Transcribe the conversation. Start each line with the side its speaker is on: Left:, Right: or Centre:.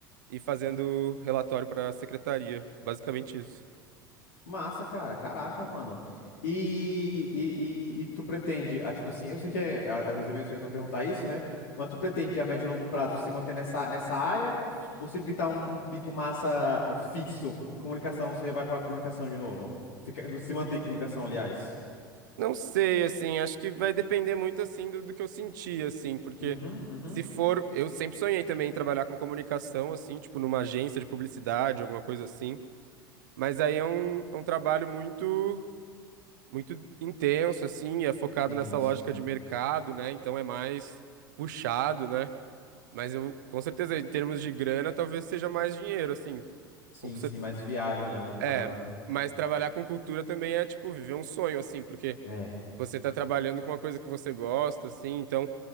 Right: e fazendo relatório para a secretaria. Basicamente isso.
Left: Massa, cara. Caraca, mano. E, e, e, e tu pretende, ah, tipo assim, eu sei que é, a- às vezes é meio cedo pra perguntar isso, né? Mas tu pretende a médio e longo prazo se manter nessa, nessa área ou se pintar um, um bico massa fixo em comunicação, você vai pra comunicação de novo? Fica, <laughs> se manter em comunicação, aliás.
Right: Não sei, assim, acho que vai depender muito, assim, do, do que eu senti, assim, porque
Left: Uhum, uhum.
Right: se for, eu sempre sonhei também em trabalhar com comunicação, assim, tipo, numa agência de publicidade, alguma coisa assim, mas aí é um, é um trabalho muito, muito intenso, assim, é focado
Left: Sim,
Right: nessa lógica
Left: sim.
Right: de mercado, né, então é mais puxado, né, mas eu, com certeza, em termos de grana, talvez seja mais dinheiro, assim,
Left: Sim,
Right: com cer-
Left: sim, mais viável, né, a longo
Right: é,
Left: prazo.
Right: mas trabalhar com cultura também é, tipo, viver um sonho, assim, porque...
Left: É.
Right: Você tá trabalhando com uma coisa que você gosta, assim, então